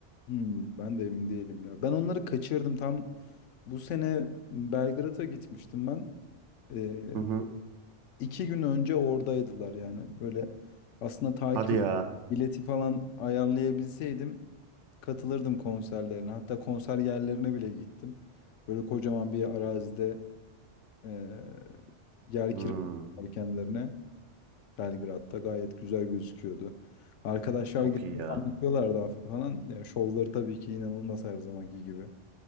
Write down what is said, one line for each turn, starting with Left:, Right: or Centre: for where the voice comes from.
Left: Hmm, ben de emin değilim ya. Ben onları kaçırdım. Tam bu sene Belgrad'a gitmiştim ben. Ee,
Right: Hı hı.
Left: İki gün önce oradaydılar yani. Böyle aslında takip
Right: Hadi
Left: et-
Right: ya.
Left: bileti falan ayarlayabilseydim katılırdım konserlerine. Hatta konser yerlerine bile gittim. Böyle kocaman bir arazide eee yer
Right: Hmm,
Left: kiraladılar kendilerine. Belgrad'da gayet güzel gözüküyordu. Arkadaşlar
Right: çok
Left: gidip
Right: iyi ya.
Left: anlatıyorlar daha falan. Yani şovları tabii ki inanılmaz her zamanki gibi.